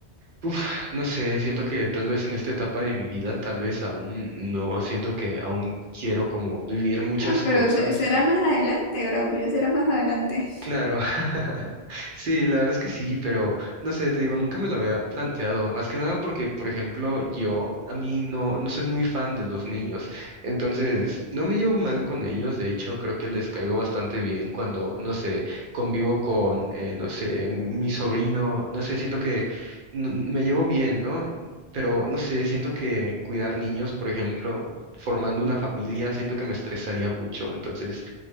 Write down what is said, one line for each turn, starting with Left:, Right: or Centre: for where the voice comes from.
Right: uf, no sé, siento que tal vez en esta etapa de mi vida, tal vez aún no siento que aún quiero como vivir muchas
Left: Ah,
Right: cosas.
Left: pero se- será más adelante, Braulio, será más adelante.
Right: Claro, <laughs> sí, la verdad es que sí, pero no sé, te digo, nunca me lo había planteado, más que nada porque, por ejemplo, yo, a mí no, no soy muy fan de los niños, entonces no me llevo mal con ellos, de hecho, creo que les caigo bastante bien cuando, no sé, convivo con, eh, no sé, mi sobrino, no sé, siento que n- me llevo bien, ¿no? Pero, no sé, siento que cuidar niños, por ejemplo, formando una familia, siento que me estresaría mucho, entonces...